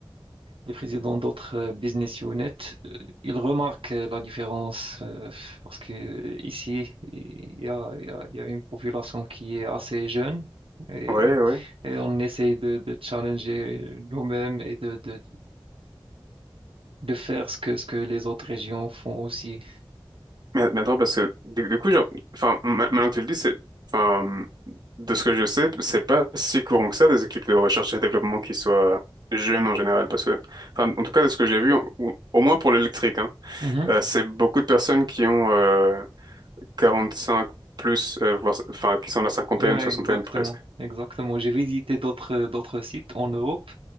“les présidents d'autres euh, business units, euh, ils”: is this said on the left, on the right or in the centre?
Right